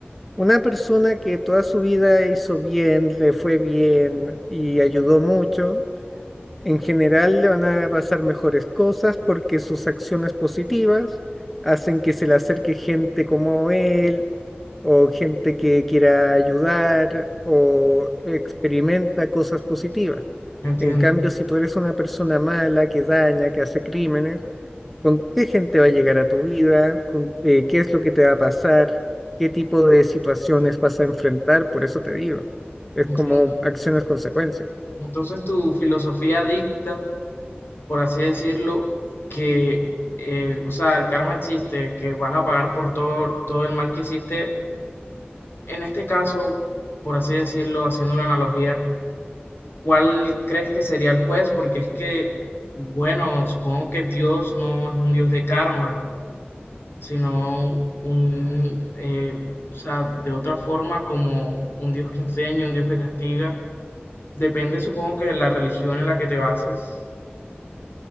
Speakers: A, in the centre; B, on the left.
A: una persona que toda su vida hizo bien, le fue bien y ayudó mucho, en general le van a pasar mejores cosas porque sus acciones positivas hacen que se le acerque gente como él o gente que quiera ayudar o experimenta cosas positivas.
B: Entiendo,
A: En cambio, si tú eres una persona mala que daña, que hace crímenes, con qué gente va a llegar a tu vida, con eh, qué es lo que te va a pasar, qué tipo de situaciones vas a enfrentar, por eso te digo, es
B: entiendo.
A: como acciones consecuencias.
B: Entonces tu filosofía dicta, por así decirlo, que, eh, o sea, el karma existe, que vas a pagar por todo, todo el mal que hiciste. En este caso, por así decirlo, haciendo una analogía, ¿cuál crees que sería el juez? Porque es que, bueno, supongo que Dios no es un Dios de karma, sino un, eh, o sea, de otra forma como un Dios que enseña, un Dios que castiga. Depende, supongo que de la religión en la que te bases.